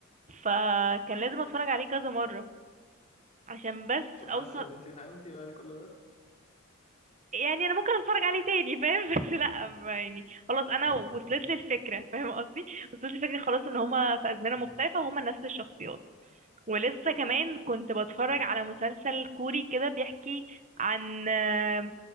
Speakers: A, on the right; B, on the left.
A: فكان لازم اتفرج عليه كذا مرة عشان
B: مم.
A: بس
B: طب
A: اوصل
B: حاسة ان انت فهمتي بعد كل ده
A: يعني انا ممكن اتفرج عليه تاني فاهم <laughs> بس لا ما يعني خلاص انا وصلت
B: <laughs>
A: لي الفكره فاهم قصدي وصلت لي الفكره خلاص ان هما في ازمنه
B: مم.
A: مختلفه وهما نفس الشخصيات ولسه كمان كنت بتفرج
B: مم.
A: على مسلسل كوري كده بيحكي عن آه،